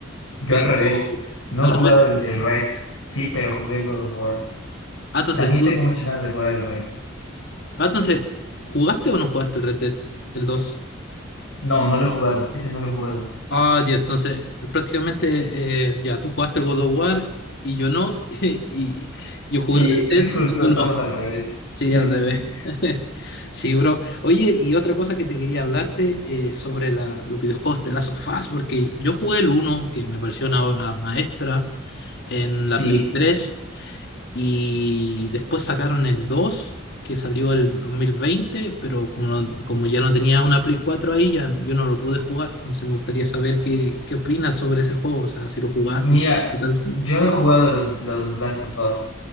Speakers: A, on the left (about 80°); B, on the left (about 55°).
A: Yo
B: Pero
A: al revés. No
B: al
A: he jugado
B: revés.
A: el, el Red, sí, pero jugué el God of War.
B: Ah, entonces,
A: También
B: tú-
A: tengo muchas ganas de jugar el Red.
B: ah, entonces, ¿jugaste o no jugaste el Red Dead? El dos
A: No, no lo he jugado. Ese no lo he jugado.
B: Ah, Dios, entonces, prácticamente, eh, ya, tú jugaste el God of War y yo no, <laughs> y yo jugué
A: Sí,
B: Red
A: <laughs>
B: Dead
A: justo
B: y tú
A: estamos
B: no.
A: al revés.
B: Sí,
A: Sí,
B: al
A: sí,
B: revés.
A: sí.
B: <laughs> Sí, bro. Oye, y otra cosa que te quería hablarte eh, sobre la, los videojuegos de Last of Us, porque yo jugué el uno que me pareció una obra maestra, en
A: Sí,
B: la Play tres Y después sacaron el dos que salió el 2020, pero como, no- como ya no tenía una Play cuatro ahí, ya yo no lo pude jugar. Entonces me gustaría saber qué, qué opinas sobre ese juego, o sea, si lo jugaste
A: mira,
B: y qué tal.
A: yo no he jugado los, los Last of Us.